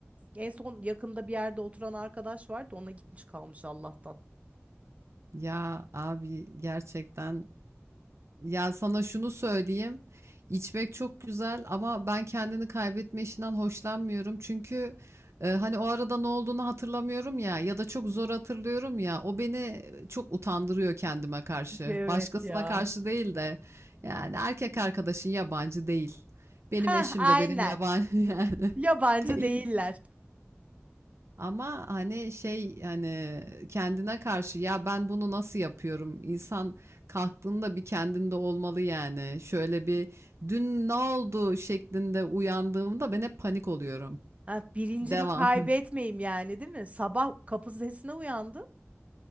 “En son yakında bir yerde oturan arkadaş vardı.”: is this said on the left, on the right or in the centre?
Right